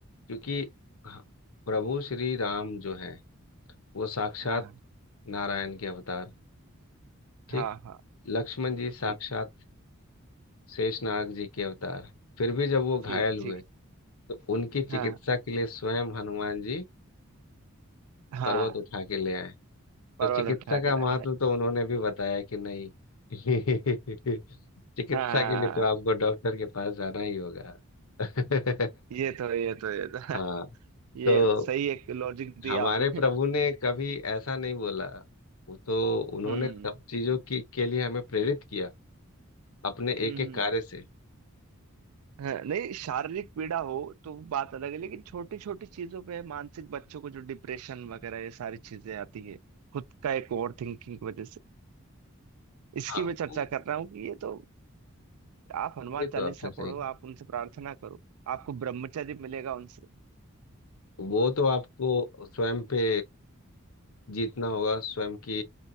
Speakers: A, on the left; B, on the right.
A: क्योंकि ह- प्रभु श्री राम जो हैं वो साक्षात
B: हाँ हाँ।
A: नारायण के अवतार ठीक
B: हाँ हाँ
A: लक्ष्मण जी साक्षात
B: ठीक
A: शेषनाग जी के अवतार फिर भी जब वो घायल
B: ठीक
A: हुए
B: ठीक
A: तो उनकी चिकित्सा
B: हाँ
A: के लिए स्वयं हनुमान जी
B: हाँ
A: पर्वत उठा के ले आए
B: पर्वत
A: तो चिकित्सा
B: उठा
A: का
B: के लाए
A: महत्व
B: हैं
A: तो उन्होंने भी बताया कि नहीं <laughs> चिकित्सा
B: हाँ
A: के लिए तो आपको डॉक्टर के पास जाना ही होगा <laughs>
B: ये तो ये तो ये तो
A: हाँ
B: <laughs> ये
A: तो
B: सही एक लॉजिक दी
A: हमारे
B: आपने
A: प्रभु ने कभी ऐसा नहीं बोला वो तो उन्होंने
B: हम्म
A: सब
B: हम्म
A: चीजों की के लिए हमें प्रेरित किया अपने
B: हम्म,
A: एक एक
B: हम्म।
A: कार्य से
B: हाँ, नहीं शारीरिक पीड़ा हो तो बात अलग है लेकिन छोटी छोटी चीजों पे मानसिक बच्चों को जो डिप्रेशन वगैरह ये सारी चीजें आती है खुद का एक ओवर थिंकिंग की वजह से इसकी
A: हाँ
B: मैं चर्चा
A: वो
B: कर रहा हूँ कि ये तो आप हनुमान
A: ये तो
B: चालीसा
A: आपने सही
B: पढ़ो
A: कहा
B: आप उनसे प्रार्थना करो आपको ब्रह्मचर्य मिलेगा उनसे
A: वो तो आपको स्वयं पे जीतना होगा स्वयं की